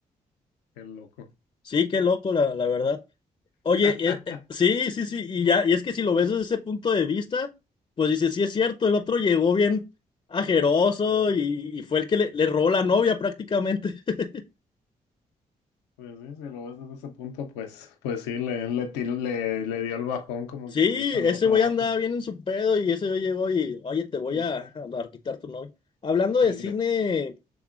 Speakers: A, on the left (about 85°); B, on the left (about 35°).
A: qué loco.
B: Sí, qué loco, la, la verdad. Oye,
A: <laughs>
B: eh, eh, sí, sí, sí, y ya, y es que si lo ves desde ese punto de vista, pues dices, sí es cierto, el otro llegó bien ajeroso y, y fue el que le, le robó la novia prácticamente. <laughs>
A: Pues sí, si lo ves desde ese punto, pues, pues sí, le, le, tiró- le, le dio el bajón, como
B: Sí,
A: quien dice al
B: ese
A: otro
B: güey
A: vato.
B: andaba bien en su pedo y ese güey llegó y, oye, te voy
A: Y
B: a, a quitar tu novia. Hablando de
A: le
B: cine
A: dio.